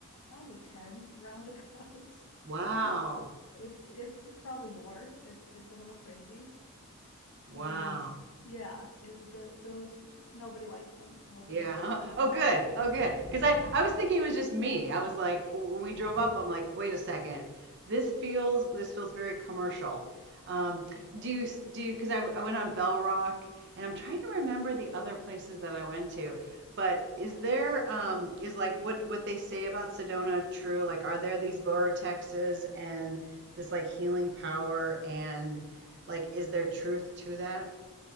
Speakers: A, on the left; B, on the right.
A: probably ten roundabouts. <laughs>
B: Wow.
A: It's it's, if probably more, it's, it's a little crazy,
B: Wow.
A: and yeah, it, the, those, nobody likes them, nobody
B: Yeah.
A: likes the roundabouts.
B: <laughs> Oh, good. Oh, good. Because I, I was thinking it was just me. I was like, when we drove up, I'm like, wait a second. This feels, this feels very commercial. Um, do you, do you, because I, I went on Bell Rock and I'm trying to remember the other places that I went to. But is there, um, is like what, what they say about Sedona true? Like, are there these vortexes and this like healing power and like, is there truth to that?